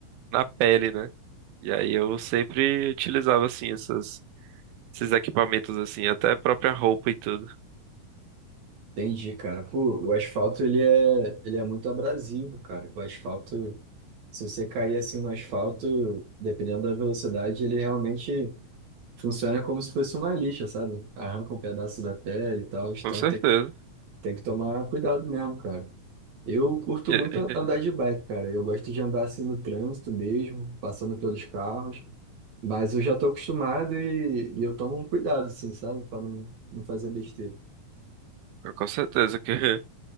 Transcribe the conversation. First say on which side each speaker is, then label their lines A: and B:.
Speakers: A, on the right; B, on the right.
A: na pele, né? E aí eu sempre utilizava assim essas, esses equipamentos assim, até a própria roupa e tudo.
B: Entendi, cara. Pô, o asfalto ele é, ele é muito abrasivo, cara. O asfalto, se você cair assim no asfalto, dependendo da velocidade, ele realmente funciona como se fosse uma lixa, sabe? Arranca um pedaço da pele e tal, então
A: Com certeza.
B: tem que Tem que tomar cuidado mesmo, cara. Eu curto
A: É,
B: muito andar de bike, cara. Eu gosto de andar assim no trânsito mesmo, passando pelos carros. Mas eu já tô acostumado e, e eu tomo um cuidado, assim, sabe? Pra não, não fazer besteira.
A: com certeza que <laughs>